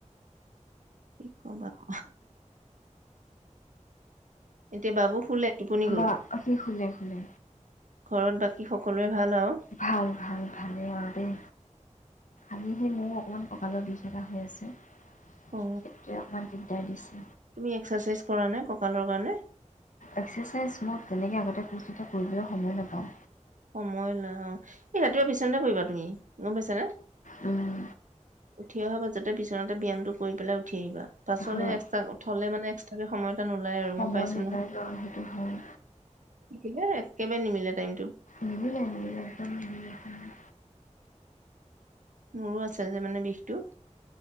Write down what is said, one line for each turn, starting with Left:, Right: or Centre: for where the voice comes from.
Right: কি কবা ক, এতিয়া বাবু শুলে? টোপনি গ'ল?
Left: বা সি শুলে শুলে,
Right: ঘৰত বাকী সকলোৱে ভাল আৰু,
Left: ভাল ভাল ভালেই আৰু দেই, আজি হে ময়ো অকমান ক লৰ বিশ এটা হৈ আছে।
Right: অ
Left: সেইটোৱে অকণমান দিগদাৰ দিছে
Right: তুমি এক্সেচাইজ কৰা নাই ক ককালৰ কাৰণে,
Left: এক্সেচাইজ মোক তেনেকে আগতে কৰিছিলো, এতিয়া কৰিবলৈ সময় নাপাওঁ।
Right: সময় নাই অ, এই ৰাতিপুৱা বিচনা কৰিবা তুমি গম পাইছানে?
Left: উম।
Right: উঠি অহাৰ পাছতে বিছনাতে ব্যায়ামটো কৰি পেলাই উঠি আহিবা, পাছলে
Left: হয়
Right: এক্স্ৰ উ থলে মানে এক্সট্ৰাকে সময়। এটা নোলায় আৰু
Left: সময়
Right: মই পাইছো
Left: নযায় ন সেইটো হয়
Right: নিমিলে একেবাৰে নিমিলে টাইম টো
Left: নিমিলে নিমিলে একদম নিমিলে সময়।
Right: মোৰো আছে যে মানে বিষটো